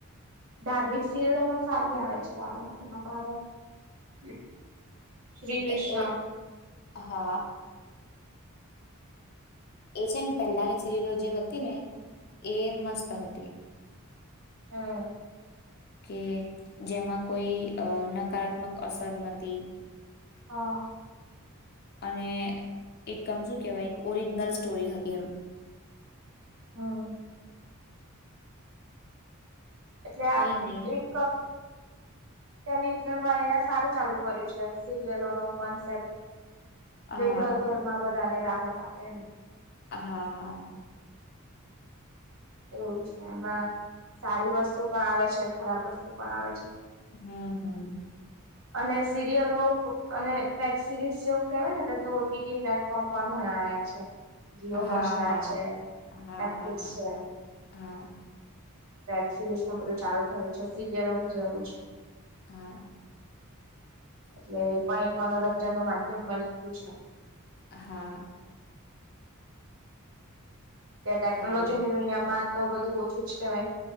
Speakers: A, on the right; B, on the left.
A: ધાર્મિક સિરિયલો પણ સારી આવે છે. રામાયણ મહાભારત. <inaudible> કૃષ્ણ
B: એ એ હા. એ છે ને પહેલાની સિરિયલો જે હતી ને એ મસ્ત હતી.
A: હન
B: કે જેમાં કોઈ અ નકારાત્મક અસર નતી.
A: હા
B: અને એક અમ શું કેવાય એક ઓરિજનલ સ્ટોરી હતી એમ.
A: હમ એટલે
B: કઈ
A: આ
B: નહી
A: એક ટેલિવિઝન વાળાએ આ સારું ચાલુ કર્યું છે સિરિયલો ન કોન્સેપ્ટ
B: હા
A: જે ઘર-ઘરમાં બધા જાને રાહત આપે.
B: હા હા.
A: એવું છે. એમાં સારી વસ્તુ. પણ આવે છે ખરાબ વસ્તુ પણ આવે છે.
B: હમ હમ.
A: અને સિરિયલો અને વેબ સિરીઝ જેવું કેહેવાય ને ઓ પ્લેટફોર્મ પણ ઘણા આવ્યા છે. જીઓ
B: હા
A: હોટસ્ટાર
B: હા
A: છે
B: હા
A: નેટફ્લિક્સ
B: હા હા
A: છે.
B: <inaudible>
A: વેબ સિરીઝમાં બધું ચાલુ થયેું છે. કળનું
B: હા
A: જાગું છ.
B: હા
A: એટલે એ પણ એક મનોરંજન નું માધ્યમ બની ગયું છે.
B: હા.
A: ત્યાં ટેકનોલોજી
B: સારું
A: ની દુનિયામાં. તો બધું ઓછું જ કેહેવાય.